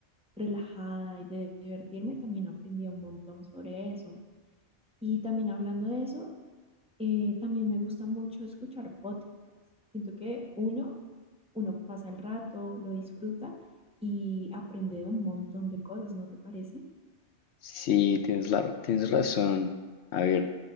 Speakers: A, in the centre; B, on the left.
A: relajada y de divertirme, también aprendí un montón sobre eso. Y también hablando de eso, eh, también me gusta mucho escuchar podcasts. Siento que uno, uno pasa el rato, lo disfruta y aprende de un montón de cosas, ¿no te parece?
B: Sí, tienes la, r- tienes razón. A ver,